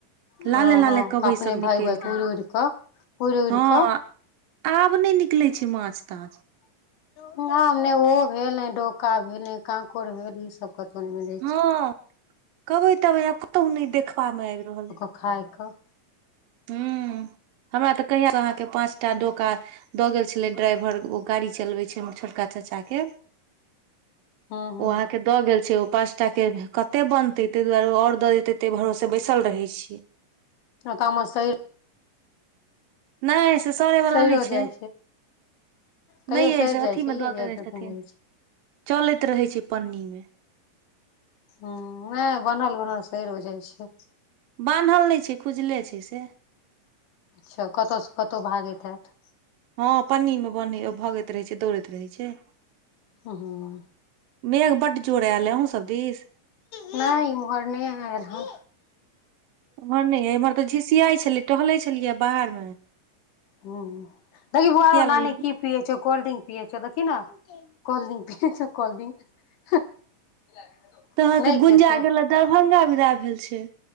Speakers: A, on the left; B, on the right.
A: हँ
B: लाले लाले
A: हँ हँ
B: कबैसब
A: अपने
B: निकेल
A: भागि भागि
B: ता
A: उड़ि उड़ि कऽ उड़ि उड़ि
B: हँ
A: कऽ
B: आब नय निकलै छै माछ ताछ
A: ह आब नय ओहो भेल नय डोका भेल नय कांकोड़ भेल ई सब <inaudible>
B: हँ कबै तबई आब कतो नय देखबा मे आब रहले अइ
A: खाइ कऽ
B: हुँ हमरा तऽ कहिया स अहाँके पाँचटा डोका दऽ गेल छलै ड्राइवर ओ गाड़ी चलबै छै हामर छोटका चाचा के ओ
A: हूँ हूँ
B: अहाँके के दऽ गेल छै ओ पाँचटा के कते बनतै ताहि दुआरे ओ और दऽ जेते ताए भरोसे बैसल रहे छियै
A: ताम सही
B: नय से सड़ै वला
A: सैरो
B: नय छै
A: जाइ
B: नय
A: तैयो
B: ये
A: सैर
B: से
A: जाइ
B: अथी
A: छै
B: मे दऽ
A: ये
B: देने
A: जाइत हेथिन
B: छथिन
A: रहै छै
B: चलैत रहै छै पन्नी मे
A: ह नय बनहल बनहल सड़ो जाइ छै
B: बान्हल नय छै खुजले छै से
A: अच्छा कतो स कतो भागैत हैत
B: हँ पन्नीमे बन्है भगैत रहै छै दौड़ैत रहै छै
A: ह हँ
B: मेघ बड्ड जोड़ एल अय अहुँ सब दीस
A: नय इम्हर नय आयल हन
B: एम्हर नय एम्हर तऽ झिसियाइ छलै टहलै छलियै बाहरमे
A: हुँ देखहि बौआ रौ नानी
B: लगलै
A: कि पियै छौ कोल्ड्रिंक पियै छौ देखहि न कोल्ड्रिंक पियै छौ कोल्ड्रिंक <inaudible>
B: तऽ अहाँ के गुंजा
A: खेतौ
B: गेल दरभंगा विदा भेल छै